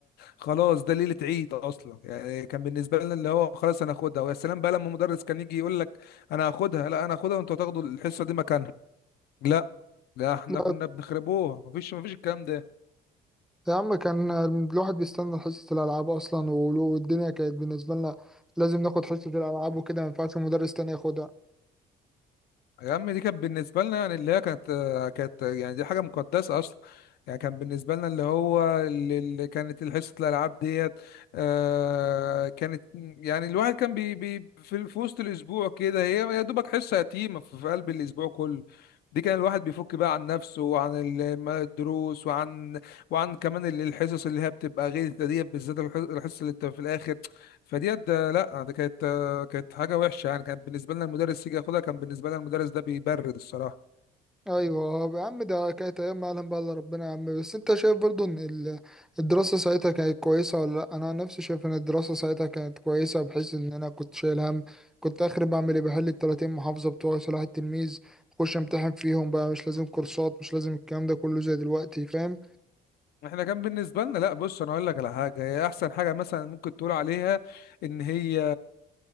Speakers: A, on the left; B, in the centre.
A: خلاص ده ليله عيد اصلا يعني كان بالنسبه لنا اللي هو خلاص انا هاخدها ويا سلام بقى لما مدرس كان يجي يقول لك انا هاخدها لا انا هاخدها وانتوا هتاخدوا الحصه دي مكانها لا لا احنا
B: لا
A: كنا بنخربوها مفيش مفيش الكلام ده
B: يا عم كان الواحد بيستنى حصة الالعاب اصلا والو- والدنيا كانت بالنسبة لنا لازم ناخد حصة الالعاب وكده ما ينفعش المدرس تاني ياخدها
A: يا عم دي كانت بالنسبة لنا يعني اللي هي كانت كانت يعني دي حاجة مقدسة أصلا يعني كان بالنسبة لنا اللي هو اللي اللي كانت حصة الألعاب ديت آه كانت يعني الواحد كان بي بي في في وسط الأسبوع كده هي يا دوبك حصة يتيمة في في قلب الأسبوع كله دي كان الواحد بيفك بقى عن نفسه وعن ال- ما- الدروس وعن وعن كمان ال- الحصص اللي هي بتبقى غير ديت بالذات الح- الحصة اللي بتبقى في الآخر فديت ده لا دي كانت كانت حاجه وحشه يعني كان بالنسبه لنا المدرس يجي ياخدها كان بالنسبه لنا المدرس ده بيبرد الصراحه
B: ايوه آه، يا عم ده كانت ايام ما يعلم بقى الا ربنا يا عم بس انت شايف برضو ان ال- الدراسه ساعتها كانت كويسه ولا لا انا عن نفسي شايف ان الدراسه ساعتها كانت كويسه بحيث ان انا كنت شايل هم كنت اخر بعمل ايه بحل ال 30 محافظه بتوع صلاح التلميذ اخش امتحن فيهم بقى مش لازم كورسات مش لازم الكلام ده كله زي دلوقتي فاهم
A: احنا كان بالنسبه لنا لا بص انا اقول لك على حاجه هي احسن حاجه مثلا ممكن تقول عليها ان هي